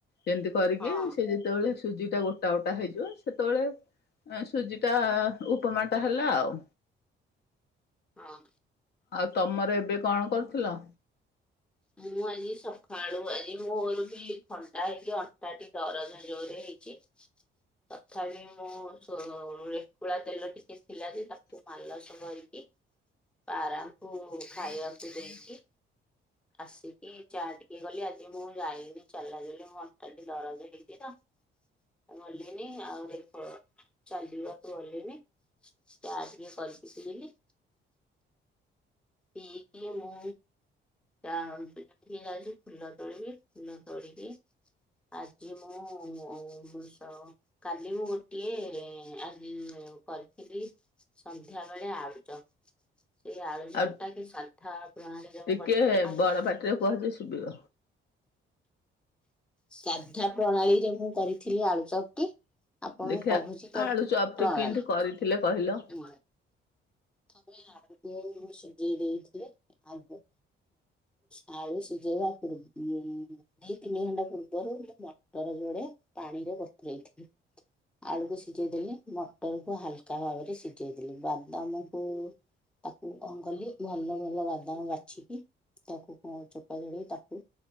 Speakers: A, on the left; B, in the centre.
A: ଯେମିତି କରିକି
B: ହଁ
A: ସେ ଯେତେବେଳେ ସୁଜି ଟା ଗୋଟା ଗଟା ହେଇଯିବ ସେତେବେଳେ ସୁଜି ଟା ଉପମାଟ ହେଲା ଆଉ।
B: ହଁ।
A: ଆଉ ତମର ଏବେ କଣ କରୁଥିଲ?
B: ମୁଁ ଆଜି ସକାଳୁ ଆଜି ମୋର ବି ଥଣ୍ଡା ହେଇକି ଅଣ୍ଟାଟି ଦରଜ ଜୋରରେ ହେଇକି ତଥାପି ମୁଁ ରେକୁଳା ତେଲ ଟିକେ ଥିଲା ଯେ ତାକୁ ମାଲସ କରିକି ପାରାଙ୍କୁ ଖାଇବାକୁ ଦେଇକି ଆସିକି ଚାହା ଟିକେ ଗଲି ଆଜି ମୁଁ ଯାଇକି ଚାଲା ଦେଲି ମୁଁ ଅଣ୍ଟାଠ ଦରଜ ହେଇଛି ତ ଗଲିନି ଆଉ ଦେଖ ଚାଲିବାକୁ ଗଲିଣିି ଚାଆ ଟିକେ କରିବି ପିଇଲି। ଇ କିଏ ମୁଁ ଯା ଟିକେ ଯାଉଛି ଫୁଲ ତୋଳିବି ଫୁଲ ତୋଳିକି ଆଜି ମୁଁ ବୃକ୍ଷବ କାଲି ମୁଁ ଗୋଟିଏ ଆଜି କରିଥିଲି ସନ୍ଧ୍ୟା ବେଳେ ଆଳୁଜ ସେଇ ଏ ଆଳୁ ଚତ
A: ଆଉ
B: ଟା ସାଦ୍ଧା ପ୍ରଣାଳୀ
A: ଟିକେ
B: ମୁଁ କରିଥିଲି ଆପଣ
A: ବଡ ପାଟିରେ କୁହ ଯେ ଶୁଭିବ
B: ସାଧା ପ୍ରଣାଳୀରେ ମୁଁ କରିଥିଲି ଆଳୁ ଚର୍ଟି ଆପଣଙ୍କୁ
A: ଦେଖିଆ
B: କହୁଛି ତା
A: ଆଳୁ
B: ପ୍ରଣାଳୀ
A: ଚପ୍ ଟି କେମିତି କରିଥିଲେ କହିଲ?
B: ପ୍ରଥମେ ଆଳୁ ସିଝେଇ ଦେଇଥିବେ ଆଳୁକୁ ହଆଳୁ ସିଝେଇବା ପୂର୍ବ ଉ ଦି ତିନି ଘଣ୍ଟା ପୂର୍ବରୁ ମଟର ଯୋଡେ ପାଣିରେ ବତୁରେଇଥିଲି ଆଳୁକୁ ସିଝେଇ ଦେଲି ମଟର କୁ ହାଲକା ଭାବରେ ସିଝେଇ ଦେଲି ବାଦାମକୁ ତାକୁ କଅଁ ଉଲ ଭଲ ବାଦାମ ବାଛିକି ତାକୁ କଣ ଚୋପା ଛଡେଇ ତାକୁ